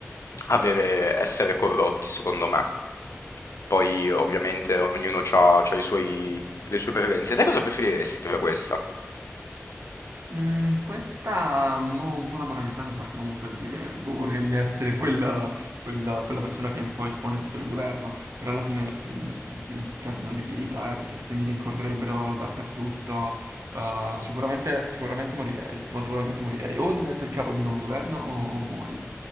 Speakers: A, on the left; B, on the right.
A: avere, essere corrotti, secondo me. Poi, ovviamente, ognuno ha i suoi, le sue preferenze. Te cosa preferiresti tra questa?
B: Mm, questa, mo, un po' la moralità mi porta comunque a dire, boh, vorrei essere quella, quella- quella persona che un po' espone tutto il governo, però alla fine, mm, un casino di vita, eh, perché tutti mi rincorrerebbero dappertutto, Uh, sicuramente, sicuramente morirei, molto probabilmente morirei, o divento il capo di un nuovo governo o, o muoio.